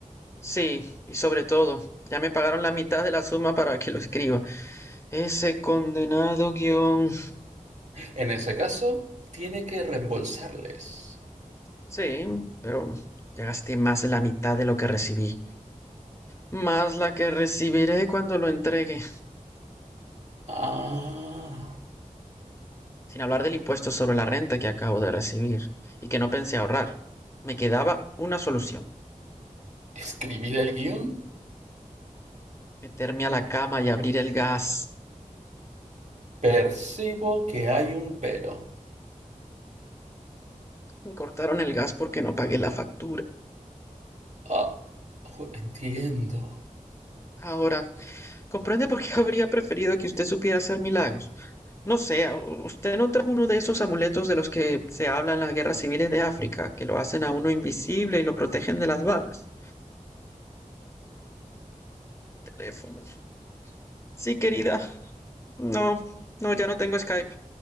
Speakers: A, on the left; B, on the right.
A: Sí, y sobre todo, ya me pagaron la mitad de la suma para que lo escriba. Ese condenado guión.
B: En ese caso, tiene que reembolsarles.
A: Sí, pero ya gasté más de la mitad de lo que recibí, más la que recibiré cuando lo entregue,
B: Ah,
A: sin hablar del impuesto sobre la renta que acabo de recibir y que no pensé ahorrar. Me quedaba una solución,
B: escribir el guión.
A: meterme a la cama y abrir el gas.
B: Percibo que hay un pero.
A: Me cortaron el gas porque no pagué la factura.
B: Ah, ju- entiendo.
A: Ahora, ¿comprende por qué habría preferido que usted supiera hacer milagros? No sé, ¿a- u- ¿usted no trajo uno de esos amuletos de los que se habla en las guerras civiles de África, que lo hacen a uno invisible y lo protegen de las balas? Teléfonos. Sí, querida. No, no, ya no tengo Skype.